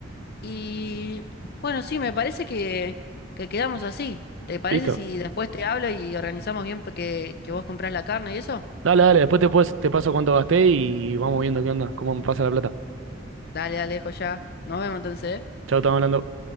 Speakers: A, on the left; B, on the right.
A: Y bueno, sí, me parece que, que quedamos así. ¿Te parece
B: ¿Listo?
A: si después te hablo y organizamos bien pa- que, que vos comprás la carne y eso?
B: Dale, dale, después te, puedes- te paso cuánto gasté y vamos viendo qué onda, cómo me pasa la plata.
A: Dale, dale, ya. Nos vemos entonces, ¿eh?
B: Chao, estamos hablando.